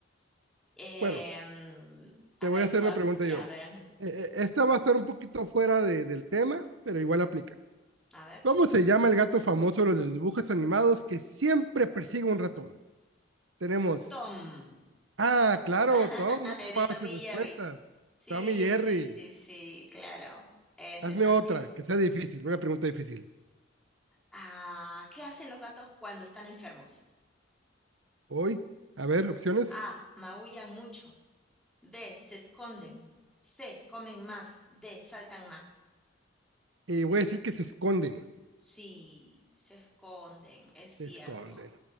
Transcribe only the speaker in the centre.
Em,
a
ver,
tú, ha-
ya,
a ver, hazme tú.
A ver.
Tom.
<laughs>
El de Tom
y Jerry. Sí,
sí, sí, sí, claro. Ese
también.
Ah, ¿qué hacen los gatos cuando están enfermos?
A. Maullan mucho. B. Se esconden. C. Comen más. D. Saltan más.
Sí, se esconden, es cierto.